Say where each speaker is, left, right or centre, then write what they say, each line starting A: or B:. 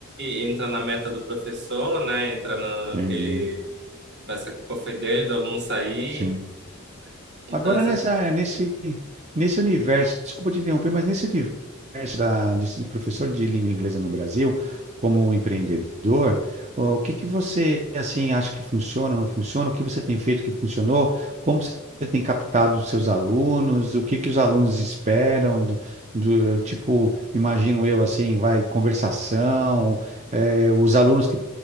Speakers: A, on the right; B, on the right.
A: entra na meta do professor, né? Entra na
B: Entendi.
A: que essa culpa foi dele, do aluno sair.
B: Sim.
A: Então
B: Agora
A: essas
B: nessa, nesse, nesse universo, desculpa te interromper, mas nesse universo da, de, de professor de língua inglesa no Brasil, como empreendedor, o que que você assim acha que funciona, não funciona? O que você tem feito que funcionou? Como você tem captado os seus alunos? O que que os alunos esperam? Do, do- tipo, imagino eu assim, vai conversação, eh, os alunos